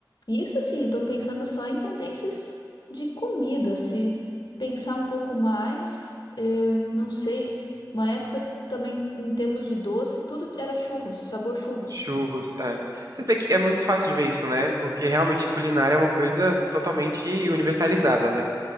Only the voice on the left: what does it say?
E Isso assim, eu tô pensando só em tendências de comida. Se pensar um pouco mais, eh, não sei, uma época também em termos de doce, tudo era churros, sabor churros.